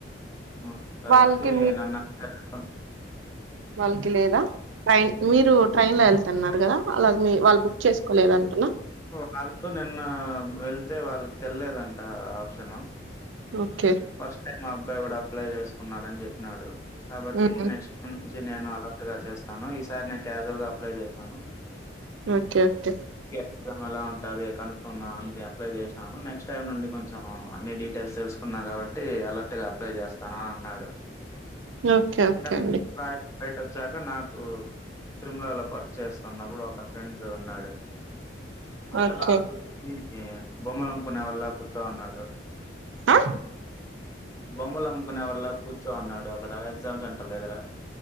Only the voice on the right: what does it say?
వాళ్ళకి
వాళ్లకి లేదా ఫైన్ మీరు ట్రైన్ లో ఏళ్తున్నారు కదా అలాగి మీ వాళ్ళు బుక్ చేసుకోలేదాంటానా
ఓకే
ఉమ్
ఓకే ఓకే
ఓకే ఓకే
అండి
ఓకే
ఆ